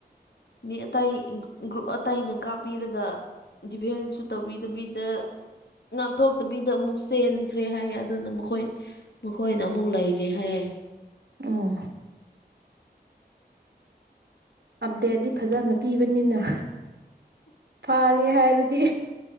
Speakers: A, on the left; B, on the right.
A: ꯃꯤ ꯑꯇꯩꯥ ꯒ꯭ꯔꯨ ꯒ꯭ꯔꯨꯞ ꯑꯇꯩꯅ ꯀꯥꯞꯄꯤꯔꯒ ꯗꯤꯚꯦꯟꯁꯨ ꯇꯧꯕꯤꯗꯕꯤꯗ ꯉꯥꯛꯊꯣꯛꯇꯕꯤꯗ ꯑꯃꯨꯛ ꯆꯦꯟꯈ꯭ꯔꯦ ꯍꯥꯏꯌꯦ ꯑꯗꯨꯅ ꯃꯈꯣꯏ ꯃꯈꯣꯏꯅ ꯑꯃꯨꯛ ꯂꯩꯔꯦ ꯍꯥꯏꯌꯦ
B: ꯑꯣ ꯑꯞꯗꯦꯠꯗꯤ ꯐꯖꯅ ꯄꯤꯕꯅꯤꯅ ꯐꯥꯒꯦ ꯍꯥꯏꯔꯗꯤ